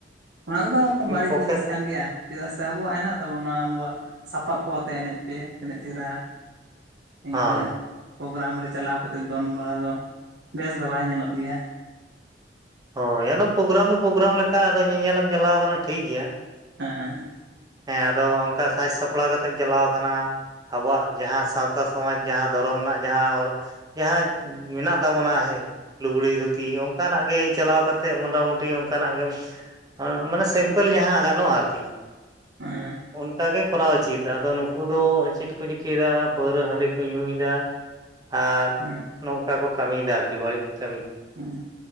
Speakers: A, on the right; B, on the right.
A: ᱩ ᱚᱱᱟ ᱠᱚᱫᱚ
B: ᱢᱤᱫ
A: ᱵᱟᱹᱲᱤᱡ
B: ᱯᱚᱠᱠᱷᱮ
A: ᱡᱤᱱᱤᱥ ᱠᱟᱱ ᱜᱮᱭᱟ ᱾ ᱪᱮᱫᱟᱜ ᱥᱮ ᱟᱵᱚᱣᱟᱜ ᱦᱮᱱᱟᱜ ᱛᱟᱵᱚᱱᱟ ᱟᱵᱚᱣᱟᱜ ᱥᱟᱯᱟᱵ ᱠᱚ ᱟᱛᱮ ᱮᱱᱮᱡ ᱯᱮ ᱛᱤᱱᱟᱹᱜ ᱪᱮᱦᱨᱟ᱾ ᱤᱱᱠᱟᱹ
B: ᱦᱳᱭ
A: ᱯᱳᱜᱨᱟᱢ ᱨᱮ ᱪᱟᱞᱟᱣ ᱠᱟᱛᱮᱫ ᱫᱚᱱ ᱵᱟᱲᱟ ᱫᱚ ᱵᱮᱥ ᱫᱚ ᱵᱟᱭ ᱧᱮᱞᱚᱜ ᱜᱮᱭᱟ᱾
B: ᱦᱳᱭ ᱟᱫᱚ ᱯᱳᱜᱨᱟᱢ ᱫᱚ ᱯᱳᱜᱨᱟᱢ ᱞᱮᱠᱟ ᱟᱫᱚ ᱧᱮᱧᱮᱞᱮᱢ ᱪᱟᱞᱟᱣ ᱟᱠᱟᱱᱟ ᱴᱷᱤᱠ ᱜᱮᱭᱟ᱾
A: ᱦᱮᱸ
B: ᱦᱮᱸ ᱟᱫᱚ ᱚᱱᱠᱟ ᱥᱟᱡᱽ ᱥᱟᱯᱲᱟᱣ ᱠᱟᱛᱮᱢ ᱪᱟᱞᱟᱣ ᱟᱠᱟᱱᱟ᱾ ᱟᱵᱚᱣᱟᱜ ᱡᱟᱦᱟᱸ ᱥᱟᱶᱛᱟ ᱥᱚᱢᱟᱡᱽ ᱡᱟᱦᱟᱸ ᱫᱷᱚᱨᱚᱢ ᱨᱮᱱᱟᱜ ᱡᱟᱦᱟᱸ ᱦᱚᱨᱚᱜ ᱡᱟᱦᱟᱸ ᱢᱮᱱᱟᱜ ᱛᱟᱵᱚᱱᱟ ᱦᱮᱸᱜᱮ ᱞᱩᱜᱽᱲᱤ ᱫᱷᱩᱛᱤ ᱚᱱᱠᱟᱱᱟᱜ ᱜᱮ, ᱪᱟᱞᱟᱣ ᱠᱟᱛᱮᱜ ᱢᱚᱴᱟ ᱢᱩᱴᱤ ᱚᱱᱠᱟᱱᱟᱜ ᱜᱮ ᱢᱟᱱᱮ ᱥᱤᱢᱯᱮᱞ ᱡᱟᱦᱟᱸ ᱜᱟᱱᱚᱜᱼᱟ ᱟᱨᱠᱤ᱾
A: <unintelligible>
B: ᱚᱱᱠᱟᱜᱮ ᱠᱚᱨᱟᱣ ᱩᱪᱤᱛ ᱟᱫᱚ ᱱᱩᱠᱩ ᱫᱚ ᱪᱮᱫ ᱠᱚ ᱪᱤᱠᱟᱹᱭᱫᱟ ᱯᱟᱹᱣᱨᱟᱹ ᱦᱟᱺᱰᱤ ᱠᱚ ᱧᱩᱭᱫᱟ᱾ ᱟᱨ
A: ᱦᱮᱸ
B: ᱱᱚᱝᱠᱟ ᱠᱚ ᱠᱟᱹᱢᱤᱭᱮᱫᱟ ᱟᱨᱠᱤ ᱵᱟᱹᱲᱤᱡ ᱠᱟᱹᱢᱤ,
A: ᱦᱩ